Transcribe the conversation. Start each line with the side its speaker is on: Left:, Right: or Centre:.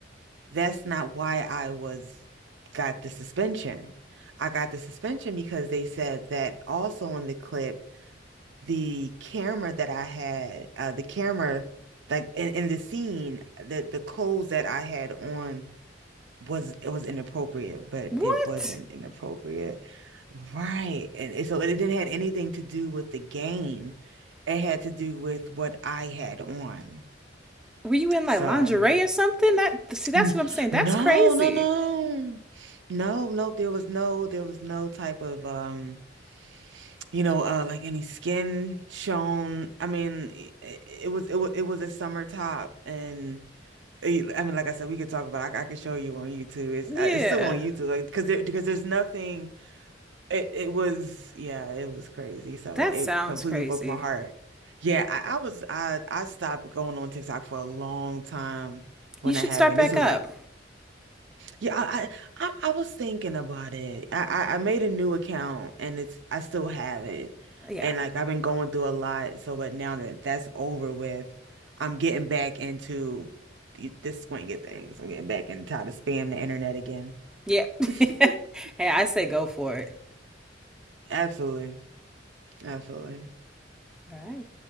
Right: that's not why I was got the suspension. I got the suspension because they said that also in the clip, the camera that I had, uh, the camera like in, in the scene, the the clothes that I had on was it was inappropriate, but
Centre: what?
Right: it wasn't inappropriate. Right. And, and so it didn't had anything to do with the game. It had to do with what I had on.
Centre: Were you in like
Right: So
Centre: lingerie or something? That see, that's
Right: N-
Centre: what I'm saying. That's
Right: No,
Centre: crazy.
Right: no, no. No, no, there was no there was no type of um, you know, uh like any skin shown. I mean, it, it was it was it was a summer top and eh, I mean, like I said, we could talk about. it. I, I could show you on YouTube. It's
Centre: Yeah,
Right: uh, it's still on YouTube, like because there because there's nothing. It it was yeah, it was crazy. So
Centre: that
Right: it
Centre: sounds
Right: completely
Centre: crazy.
Right: broke my heart. Yeah, I, I was I I stopped going on TikTok for a long time when
Centre: You should
Right: that happened.
Centre: start back
Right: This was
Centre: up.
Right: like yeah, I, I I I was thinking about it. I, I I made a new account and it's I still have it,
Centre: Yeah,
Right: and like I've been going through a lot. So, but now that that's over with, I'm getting back into the, the squinting things. I'm getting back and tired of spam the internet again.
Centre: yeah. <laughs> hey,
Right: <laughs>
Centre: I say go for it.
Right: Absolutely, absolutely.
Centre: All right.